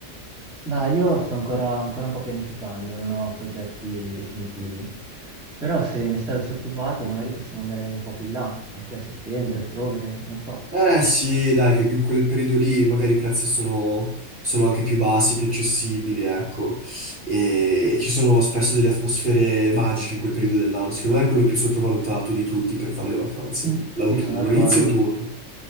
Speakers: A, in the centre; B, on the right (about 30°).
A: Ma io sto ancora, ancora un po' pianificando, non ho progetti definitivi. Però se ne state occupati magari possiamo andare un po' più in là, anche a settembre, ottobre, non so.
B: Eh sì, dai, che che in quel periodo lì magari i prezzi sono, sono anche più bassi, più accessibili, ecco. E, e ci sono spesso delle atmosfere magiche in quel periodo dell'anno. Secondo me è quello più sottovalutato di tutti per fare le vacanze.
A: Mm,
B: L'autunno,
A: sì, sono d'accordo.
B: l'inizio autunno.